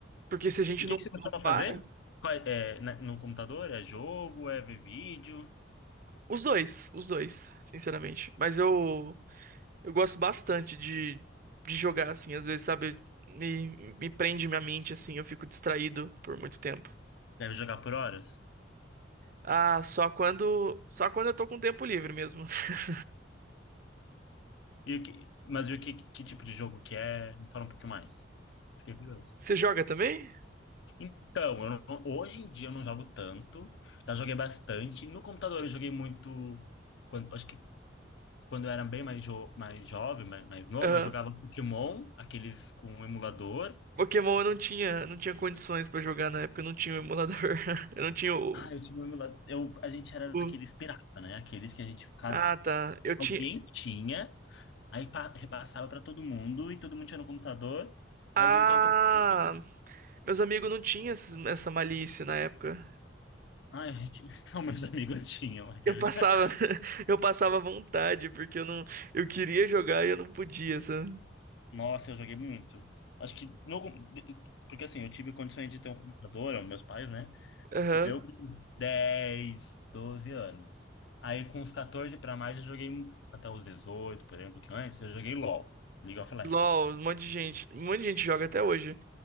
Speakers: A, on the right (about 45°); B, on the left (about 70°).
A: porque se a gente
B: E o que
A: não,
B: que você costuma
A: não para,
B: fazer? Qual- É, é, né, no computador? É jogo? É ver vídeo?
A: os dois, os dois, sinceramente. Mas eu, Eu gosto bastante de, de jogar, assim, às vezes, sabe, me, me prende minha mente, assim, eu fico distraído por muito tempo.
B: Deve jogar por horas?
A: Ah, só quando, só quando eu tô com tempo livre mesmo. <laughs>
B: E o que, mas e o que, que tipo de jogo que é? Me fala um pouquinho mais. Fiquei curioso.
A: Você joga também?
B: Então, eu não- hoje em dia eu não jogo tanto, já joguei bastante. No computador eu joguei muito, quando, acho que quando eu era bem mais, jo, mais jovem, mais, mais novo,
A: Aham.
B: eu jogava Pokémon, aqueles com um emulador.
A: Pokémon eu não tinha, não tinha condições pra jogar na época, eu não tinha o emulador. <laughs> Eu não tinha o,
B: Ah, eu tinha um emulador, eu, a gente era
A: o-
B: daqueles pirata, né? Aqueles que a gente, cada,
A: Ah, tá. Eu tinha.
B: alguém tinha, aí pa- repassava para todo mundo e todo mundo tinha no computador,
A: Ah,
B: mas um tempo depois,
A: meus amigos não tinham essa essa malícia na época.
B: ah, a gente, <laughs> os meus amigos tinham aqueles.
A: Eu passava,
B: <laughs>
A: <laughs> eu passava vontade, porque eu não, eu queria jogar e eu não podia, sabe?
B: Nossa, eu joguei muito. Acho que no, porque assim, eu tive condições de ter um computador, é, meus pais, né?
A: Aham.
B: Eu com 10, 12 anos. Aí com uns 14 para mais eu joguei até os 18, por exemplo, que antes eu joguei LoL, League of Legends.
A: LOL, um monte de gente. Um monte de gente joga até hoje.